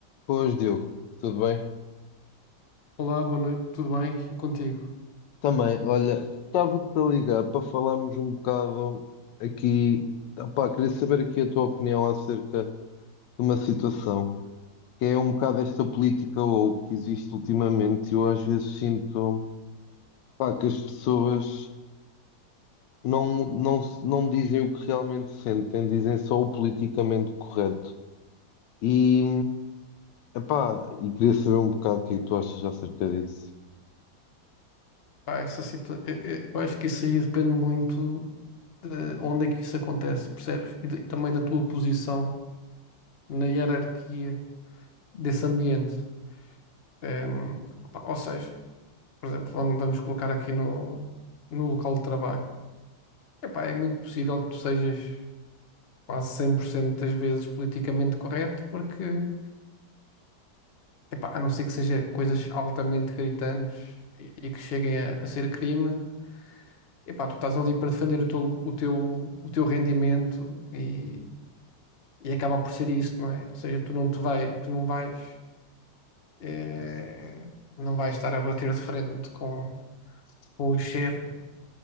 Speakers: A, on the left (about 80°); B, on the left (about 40°).
A: Pois, Diogo, tudo bem?
B: Olá, boa noite, tudo bem? E contigo?
A: Também, olha, estava-te a ligar para falarmos um bocado aqui. Opá, queria saber aqui a tua opinião acerca de uma situação que é um bocado esta política ou que existe ultimamente. Eu às vezes sinto, pá, que as pessoas não, não, se- não dizem o que realmente sentem, dizem só o politicamente correto. E, epá, e queria saber um bocado o que é que tu achas acerca disso.
B: Pá, essa situa... eu, eu- eu acho que isso aí depende muito de onde é que isso acontece, percebes? E, de- também da tua posição na hierarquia desse ambiente. Ehm, pá, ou seja, por exemplo, vamos, vamos colocar aqui no, no local de trabalho. Epá, é muito possível que tu sejas quase 100% das vezes politicamente correto, porque, epá, a não ser que seja coisas altamente gritantes e, e que cheguem a a ser crime. Epá, tu estás ali para defender o teu, o teu, o teu rendimento e, e acaba por ser isso, não é? Ou seja, tu não te vai, tu não vais, eh, não vais estar a bater de frente com, com o chefe,